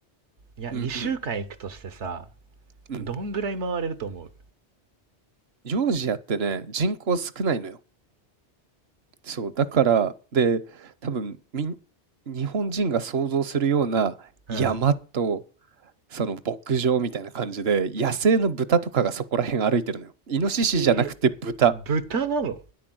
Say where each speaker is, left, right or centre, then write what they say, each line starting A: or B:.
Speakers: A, on the right; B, on the right.
A: いや2週間行くとしてさ、
B: うん、うん、うん。
A: どんぐらい回れると思う
B: ジョージアってね、人口少ないのよ。そう、だから、で、多分みん、日本人が想像するような山と、
A: うん。
B: その牧場みたいな感じで、野生の豚とかがそこら辺歩いてるのよ。イノシシじゃなくて豚。
A: えー、豚なの